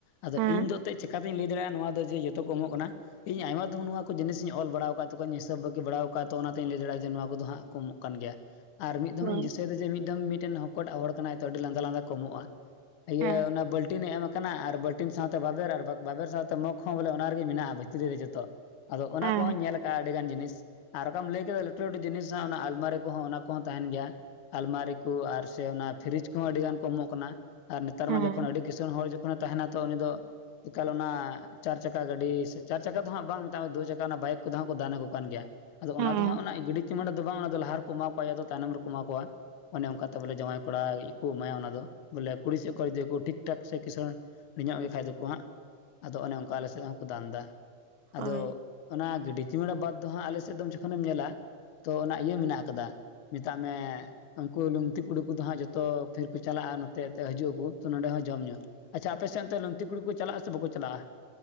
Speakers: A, on the left (about 65°); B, on the right (about 70°).
A: ᱟᱫᱚ
B: ᱦᱮᱸ
A: ᱤᱧ ᱫᱚ ᱮᱱᱛᱮᱫ ᱪᱮᱠᱟ ᱛᱤᱧ ᱞᱟᱹᱭ ᱫᱟᱲᱮᱭᱟᱜᱼᱟ ᱱᱚᱣᱟ ᱫᱚ ᱡᱮ ᱡᱚᱛᱚ ᱠᱚ ᱮᱢᱚᱜ ᱠᱟᱱᱟ ᱤᱧ ᱟᱭᱢᱟ ᱱᱚᱣᱟ ᱠᱚ ᱡᱤᱱᱤᱥ ᱤᱧ ᱚᱞ ᱵᱟᱲᱟ ᱟᱠᱟᱫ ᱛᱠᱚᱣᱟᱧ ᱦᱤᱥᱟᱹᱵᱽ ᱵᱷᱟᱹᱜᱤ ᱵᱟᱲᱟᱟᱣ ᱟᱠᱟᱫ ᱛᱚ ᱚᱱᱟᱛᱮᱧ ᱞᱟᱹᱭ ᱫᱟᱲᱮᱭᱟᱜᱼᱟ ᱡᱮ ᱱᱚᱣᱟ ᱠᱚ ᱫᱚ ᱦᱟᱸᱜ ᱠᱚ ᱮᱢᱚᱜ ᱠᱟᱱ ᱜᱮᱭᱟ ᱟᱨ ᱢᱤᱫ
B: ᱦᱳᱭ
A: ᱫᱷᱢ ᱤᱧ ᱫᱤᱥᱟᱹᱭ ᱮᱫᱟ ᱡᱮ ᱢᱤᱫ ᱫᱚᱢ ᱢᱤᱫᱴᱟᱝ ᱦᱚᱠᱚᱴᱟᱜ ᱦᱚᱲ ᱠᱟᱱᱟᱭ ᱛᱚ ᱟᱹᱰᱤ ᱞᱟᱸᱫᱟ ᱞᱟᱸᱫᱟ ᱠᱚ ᱮᱢᱚᱜᱼᱟ ᱤᱭᱟᱹ
B: ᱦᱮᱸ
A: ᱚᱱᱟ ᱵᱟᱹᱞᱴᱤᱱ ᱮ ᱮᱢᱟ ᱠᱟᱱᱟ ᱟᱨ ᱵᱟᱟᱹᱴᱤᱢ ᱥᱟᱶᱛᱮ ᱵᱟᱵᱮᱨ ᱟᱨ ᱵᱟᱵᱮᱨ ᱥᱟᱶᱛᱮ ᱢᱚᱜᱽ ᱦᱚᱸ ᱵᱚᱞᱮ ᱚᱱᱟ ᱨᱮᱜᱮ ᱢᱮᱱᱟᱜᱼᱟ ᱵᱷᱤᱛᱨᱤ ᱨᱮ ᱡᱚᱛᱚ ᱟᱫᱚ ᱚᱱᱟ
B: ᱦᱮᱸ
A: ᱠᱚᱦᱚᱸᱧ ᱧᱮᱞ ᱟᱠᱟᱫᱼᱟ ᱟᱹᱰᱤᱜᱟᱱ ᱡᱤᱱᱤᱥ ᱟᱨ ᱚᱠᱟᱢ ᱞᱟᱹᱭ ᱠᱮᱫᱟ ᱞᱟᱹᱴᱩ ᱞᱟᱹᱴᱩ ᱡᱤᱱᱤᱥ ᱚᱱᱟ ᱟᱞᱢᱟᱨᱤ ᱠᱚᱦᱚᱸ ᱚᱱᱟ ᱠᱚᱦᱚᱸ ᱛᱟᱦᱮᱱ ᱜᱮᱭᱟ ᱟᱞᱢᱟᱨᱤ ᱠᱚ ᱟᱨ ᱥᱮ ᱚᱱᱟ ᱯᱷᱨᱤᱡᱽ ᱠᱚᱦᱚᱸ ᱟᱹᱰᱤᱜᱟᱱ ᱠᱚ ᱮᱢᱚᱜ ᱠᱟᱱᱟ ᱟᱨ ᱱᱮᱛᱟᱨ
B: ᱦᱮᱸ
A: ᱢᱟ ᱡᱚᱠᱷᱚᱱ ᱟᱹᱰᱤ ᱠᱤᱥᱥᱩᱱ ᱦᱚᱲ ᱡᱚᱠᱷᱚᱱᱮ ᱛᱟᱦᱮᱱᱟ ᱛᱚ ᱩᱱᱤ ᱫᱚ ᱮᱠᱟᱞ ᱚᱱᱟ ᱪᱟᱨ ᱪᱟᱠᱟ ᱜᱟᱹᱰᱤ ᱥᱮ ᱪᱟᱨ ᱪᱟᱠᱟ ᱫᱚᱦᱟᱸᱜ ᱵᱟᱝ ᱫᱩ ᱪᱟᱠᱟ ᱚᱱᱟ ᱵᱟᱭᱤᱠ ᱠᱚᱫᱚ ᱠᱚ ᱫᱟᱱ ᱟᱠᱚ ᱠᱟᱱ ᱜᱮᱭᱟ ᱟᱫᱚ ᱚᱱᱟ
B: ᱦᱮᱸ
A: ᱫᱚ ᱦᱟᱸᱜ ᱚᱱᱟ ᱜᱤᱰᱤ ᱱᱚᱸᱰᱮ ᱫᱚ ᱵᱟᱝ ᱚᱱᱟ ᱫᱚ ᱞᱟᱦᱟ ᱨᱮᱠᱚ ᱮᱢᱟ ᱠᱚᱣᱟ ᱡᱭᱟᱚ ᱛᱟᱭᱱᱚᱢ ᱨᱮᱠᱚ ᱮᱢᱟ ᱠᱚᱣᱟ ᱚᱱᱮ ᱚᱱᱠᱟᱛᱮ ᱵᱚᱞᱮ ᱡᱟᱶᱟᱭ ᱠᱚᱲᱟ ᱜᱮ ᱠᱚ ᱮᱢᱟᱭᱟ ᱚᱱᱟ ᱫᱚ ᱵᱚᱞᱮ ᱠᱩᱲᱤ ᱥᱮᱮᱫ ᱠᱷᱚᱱ ᱡᱩᱫᱤ ᱴᱷᱤᱠ ᱴᱷᱟᱠ ᱥᱮ ᱠᱸᱟᱹᱬ ᱦᱤᱲᱧ ᱧᱚᱜ ᱜᱮ ᱠᱷᱟᱱᱡ ᱫᱚᱠᱚ ᱦᱟᱸᱜ ᱟᱫᱚ ᱚᱱᱮ ᱚᱱᱠᱟ ᱟᱞᱮ ᱥᱮᱫ ᱦᱚᱸᱠᱚ ᱫᱟᱱ ᱮᱫᱟ
B: ᱦᱳᱭ
A: ᱟᱫᱚ ᱚᱱᱟ ᱜᱟᱹᱰᱤ ᱪᱩᱢᱟᱹᱲᱟ ᱵᱟᱫᱽ ᱫᱚ ᱦᱟᱸᱜ ᱟᱞᱮ ᱥᱮᱫ ᱫᱚ ᱡᱚᱠᱷᱚᱱᱮᱢ ᱧᱮᱞᱟ ᱛᱚ ᱚᱱᱟ ᱤᱭᱟᱹ ᱢᱮᱱᱟᱜ ᱠᱟᱫᱟ ᱢᱮᱛᱟᱜ ᱢᱮ ᱩᱱᱠᱩ ᱞᱩᱝᱛᱤ ᱠᱩᱲᱤ ᱠᱚᱫᱚ ᱦᱟᱸᱜ ᱡᱚᱛᱚ ᱯᱷᱤᱨ ᱠᱚ ᱪᱟᱞᱟᱜᱼᱟ ᱱᱚᱛᱮᱛᱮ ᱦᱤᱡᱩᱜᱼᱟᱚ ᱛᱚ ᱱᱚᱸᱰᱮ ᱦᱚᱸ ᱡᱚᱢ ᱧᱩ ᱟᱪᱪᱷᱟ ᱟᱯᱮᱥᱮᱫ ᱚᱱᱛᱮ ᱞᱠᱛᱤ ᱠᱩᱲᱤ ᱠᱚ ᱪᱟᱞᱟᱜ ᱥᱮ ᱵᱟᱠᱚ ᱪᱟᱞᱟᱜᱼᱟ